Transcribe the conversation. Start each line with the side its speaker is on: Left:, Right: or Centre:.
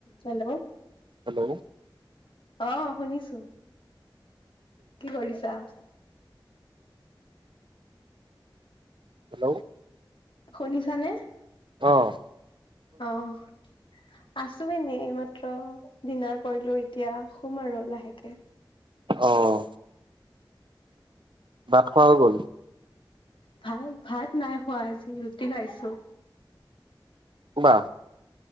Left: হেল্ল'
Right: হেল্ল'
Left: অ শুনিছোঁ কি কৰিছা।
Right: হেল্ল'
Left: শুনিছা নে?
Right: অঁহ।
Left: অহ আছোঁ এনে মাত্ৰ ডিনাৰ কৰিলোঁ এতিয়া শুম আৰু লাহেকে।
Right: অহ। ভাত খোৱা হৈ গ'ল।
Left: ভাত ভাত নাই খোৱা আজি ৰুটি খাইছোঁ।
Right: বাহ।